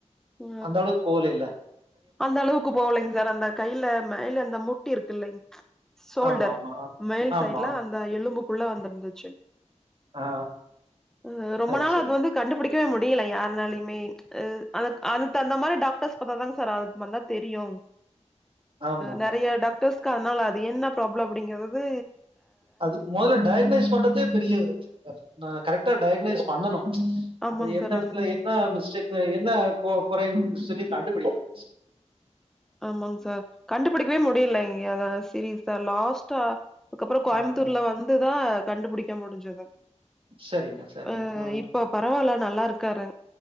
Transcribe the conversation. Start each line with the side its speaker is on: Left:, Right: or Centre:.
Centre: ஆ
Right: அந்த அளவுக்கு போகலில்ல
Centre: அந்த அளவுக்கு போகலிங் சார் அந்த கையில மேல அந்த முட்டி இருக்கு இல்லிங் சோல்டர்
Right: ஆமா ஆமா
Centre: மேல்
Right: ஆமா
Centre: சைடு்ல அந்த எலும்புக்குள்ள வந்திருந்துச்சு
Right: ஆ
Centre: அ ரொம்ப
Right: சரி
Centre: நாளா
Right: சரி
Centre: அது வந்து கண்டுபிடிக் வே முடியல யாருனாலிமே அ அந்த மாரி டாக்டர் டர்ச் பாத்தா தா சார் அத பத்தி தெரியு
Right: ஆமாமாமா.
Centre: நெறைய டாக்டர்ஸ்கு அதுனால அது என்ன ப்ராப்ளம் அப்டிங்கறது
Right: அது முதல்ல டயக்னைஸ் பண்றதே பெரிய ந கரெக்டா டயக்னைஸ் பண்ணனு
Centre: ஆமாங்
Right: அது எந்த
Centre: சார்
Right: எடத்துல
Centre: ஆமாங்
Right: என்ன மிஸ்டேக் என்ன குறைன்னு சொல்லி கண்டுபிடி உ
Centre: ஆமாங் சார் கண்டுபிடிக்கவே முடியல இங்கே அத சீரீஸா லாஸ்ட்டா அதுக்கப்புறோ கோயம்புத்தூர்ல
Right: ஆ, ஆ.
Centre: வந்துதா கண்டுபிடிக்க முடிஞ்சுது
Right: சரிங்க, சரிங்க.
Centre: அ
Right: ம்.
Centre: இப்ப பரவாயில்ல நல்லா இருக்காரு